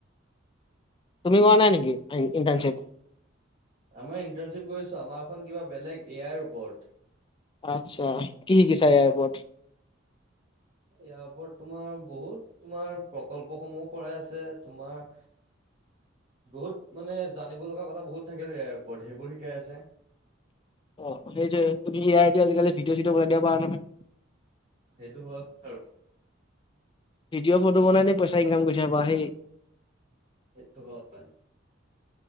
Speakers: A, on the left; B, on the right.
A: তুমি কৰা নাই নেকি ইণ্টাৰ্ণচিপ?
B: আমাৰ ইণ্টাৰ্ণশ্বিপ কৰিছোঁ, আমাৰখন কিবা বেলেগ এ আইৰ ওপৰত।
A: আচ্ছা। কি শিকিছা ইয়াৰ ওপৰত?
B: ইয়াৰ ওপৰত তোমাৰ বহুত, তোমাৰ প্ৰকল্পসমূহ কৰাই আছে, তোমাৰ বহুত মানে জানিব লগা কথা বহুত থাকে ইয়াৰ ওপৰত সেইবোৰ শিকাই আছে
A: অ সেইটো তুমি এতিয়া আজিকালি ভিডিঅ চিডঅ কৰা দিয়া প নহয়
B: সেইটো হ আৰু
A: ভিডিঅ ফটো বনাই ন পইচা ইকাম কৰি থ বাা সেই
B: সেইটো হয়